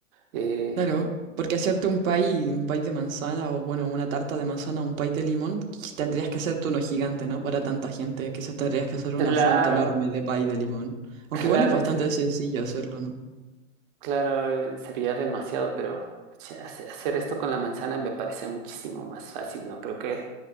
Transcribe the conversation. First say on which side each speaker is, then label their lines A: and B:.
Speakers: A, on the right; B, on the right.
A: Eh,
B: Claro, porque hacerte un pie, un pie de manzana o bueno, una tarta de manzana, un pie de limón, quiz- tendrías que hacerte uno gigante, ¿no? Para tanta gente, quizás tendrías que hacer
A: Claro,
B: una fuente enorme de pie de limón. Aunque
A: claro,
B: igual es bastante
A: sería-
B: sencillo hacerlo, ¿no?
A: claro, eh, sería demasiado, pero che, hace- hacer esto con la manzana me parece muchísimo más fácil, no creo que